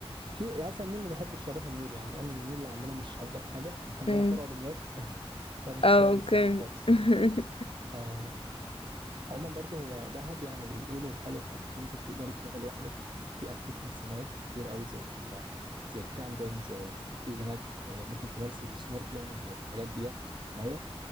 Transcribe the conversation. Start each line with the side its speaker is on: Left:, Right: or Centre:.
Right: في يعني مثلا النيل ما بحبش اروح النيل يعني لان النيل اللي عندنا مش افضل حاجه إحنا عندنا
Left: أمم.
Right: فرع دمياط <laughs> فمش
Left: اه
Right: كويس
Left: اوكي
Right: يعني خالص
Left: <laughs>
Right: آه، عموما برضه هو دهب يعني بيقولوا حلو في حته انت تقدري تروحي لوحدك في اكتيفيتيز هناك كتير قوي زي ال... زي الكامبينج زي في هناك آه، ممكن تمارسي السنوركلينج والحاجات ديت في الميه